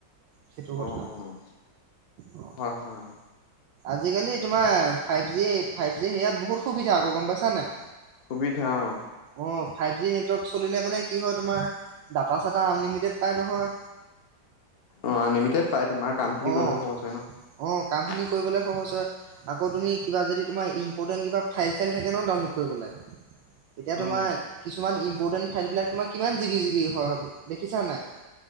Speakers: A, on the right; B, on the left.
A: সেইটো কথা
B: অ অ'
A: অ
B: হয় হয় অ
A: আজিকালি তোমাৰ ফাইভ জি ফাইভ জি সেয়াত বহুত সুবিধা আকৌ গম পাইছা নাই
B: সুবিধা অ
A: অঁ ফাইভ জি নেটৱৰ্ক চলিলে মানে কি হয় তোমাৰ ডাটা চাটা আনলিমিটেড পায় নহয়
B: অ আনলিমিটেড পাই তোমাৰ কাম খিনি
A: অ
B: কৰিবলৈ সহজ হয় ন
A: অ কামখিনি কৰিবলৈ সহজ হয় আকৌ তুমি কিবা যদি তোমাৰ ইম্পৰ্টেণ্ট কিবা ফাইল চাইল থাকে ন ডাউনলোড কৰিবলে এতিয়া তোমাৰ
B: অ
A: কিছুমান বৰ্ডেন ফাইল বিলাক তোমাৰ কিমান জিবি জিবি হয় দেখিছা নাই